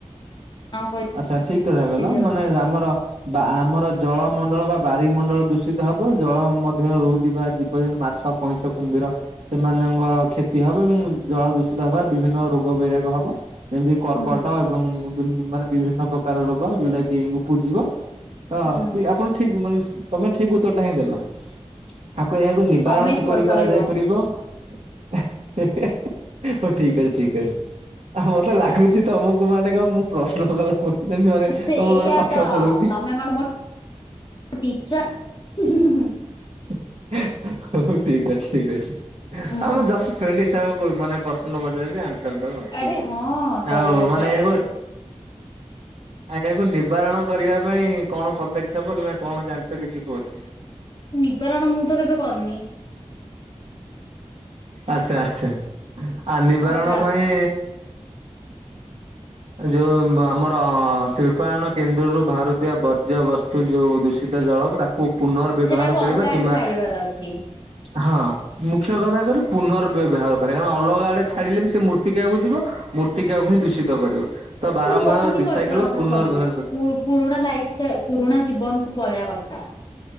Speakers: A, on the left (about 40°); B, on the right (about 65°).
A: ଆଉ
B: ଆଚ୍ଛା ଠିକ କଥା
A: କହିଦିଅ
B: କିଇଲ
A: ତମେ।
B: ମାନେ ଆମର ବା ଆମର ଜଳମଣ୍ଡଳ ବା ବାରିମଣ୍ଡଳ ଦୂଷିତ ହବ ଜଳ ମଧ୍ୟ ରହୁଥିବା ଜୀବ ଯେ ମାଛ କଇଁଛ କୁମ୍ଭୀର ସେମାନଙ୍କର କ୍ଷତି ହବ ଏବଂ ଜଳ ଦୂଷିତ ହବା ବିଭିନ୍ନ ରୋଗ ବୈରାଗ ହବ। ଯେମିତି କର୍କଟ
A: ହୁଁ
B: ଏବଂ ମାନେ ବିଭିନ୍ନ ପ୍ରକାର ରୋଗ ଯୋଉଟା କି ଉପୁଜିବ। ହଁ
A: ହୁଁ
B: କି ଆପଣ ଠିକ ମାନେ ତମେ ଠିକ ଉତ୍ତର ଟା ହିଁ ଦେଲ। ଆକୁ ଏହାକୁ ନିବାରଣ
A: ତମେ
B: କିପରି
A: କୁହ ଚଳିବ।
B: କରାଯାଇ ପାରିବ? <inaudible> ହଉ ଠିକ ଅଛି ଠିକ ଅଛି। ଆଉ ମତେ ଲାଗୁଛି ତମକୁ ମାନେ କଣ ମୁଁ ପ୍ରଶ୍ନ କଲା ଯେମିତି ମାନେ
A: ସେଇଆ
B: ତମକୁ ମାନେ ପାଠ
A: ତ
B: ପଢ଼ଉଚି
A: ତମେ କଣ ମୋ ଟିଚର <inaudible>
B: <inaudible> ହଉ ଠିକ ଅଛି ଠିକ ଅଛି
A: ଉଁ
B: ଆମ ଜଷ୍ଟ ଫ୍ରେଣ୍ଡ ହିସାବରେ ମାନେ ପ୍ରଶ୍ନ ପଚାରୁଚି ଆନ୍ସର ଦେବ
A: ଆରେ
B: ଠିକ ଅଛି
A: ହଁ ଚଳିବ
B: ଆଉ ମାନେ
A: ଚଳିବ।
B: ଏବେ ଆ ଏଟାକୁ ନିବାରଣ କରିବା ପାଇଁ କଣ ପଦକ୍ଷେପ କିମ୍ବା କଣ ଜାଣିଛ କିଛି କୁହ?
A: ନିବାରଣ ମୁଁ ତ କେବେ କରିନି
B: ଆଚ୍ଛା ଆଚ୍ଛା ଆ ନିବାରଣ
A: ଆଚ୍ଛା
B: ପାଇଁ ଯୋଉ ଆମର ଶିଳ୍ପାୟନ କେନ୍ଦ୍ରରୁ ବାହାରୁଥିବା ବର୍ଜ୍ୟବସ୍ତୁ ଯୋଉ ଦୂଷିତ ଜଳ ଗୁରା ଓ ପୁନର୍ବ୍ୟବହାର
A: ସେଟାକୁ
B: କରିବା
A: ଅଲଗା ଆଡେ
B: କିମ୍ବା
A: ଛାଡିବାର ଅଛି
B: ହଁ ମୁଖ୍ୟ କଥା କରେ ପୁନର୍ବ୍ୟବହାର କରିବା କାରଣ ଅଲଗା ଆଡେ ଛାଡିଲେ ବି ସେ ମୂର୍ତ୍ତିକା କୁ ଯିବ। ମୂର୍ତ୍ତିକାକୁ ହିଁ ଦୂଷିତ କରିବ। ତ ବାରମ୍ବାର
A: ତାହେଲେ ବନ୍ଦ ହି
B: ରିସାଇକେଲ
A: କରିଦବା
B: ବା
A: କଥା
B: ପୁନର୍ବ୍ୟବହାର
A: ସବୁ
B: କରି
A: ପୁରୁଣା ଲାଇଫ ଷ୍ଟା ପୁରୁଣା ଜୀବନକୁୁ ପଳେଇବା କଥା।